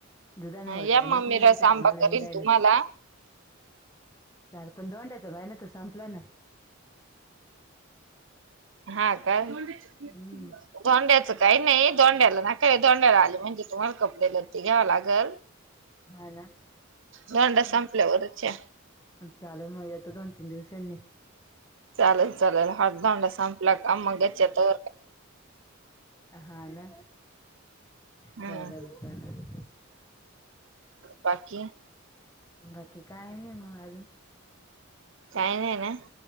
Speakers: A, on the left; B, on the right.
A: दुधांमुळे
B: या
A: टाइमच
B: मग
A: नाही
B: मी रस
A: भेटत
B: आंबा
A: आम्हाला
B: करील
A: हिंडायला
B: तुम्हाला
A: आता धोंड्याचा महिना पण संपलाय
B: हा का धोंड्याच
A: हम्म
B: काही नाही धोंड्याला ना काय आले म्हणजे तुम्हाला कपडे ल ते घ्यावं लागल
A: हा ना
B: दोंडा संपल्यावरच या
A: चालेल मग येतो दोन तीन दिवसांनी
B: चालल चालल धोंडा संपला का मंग येतो
A: हा ना
B: हम्म
A: चालल चालल
B: बाकी
A: बाकी काय नाही मग अजून
B: काही नाहीय ना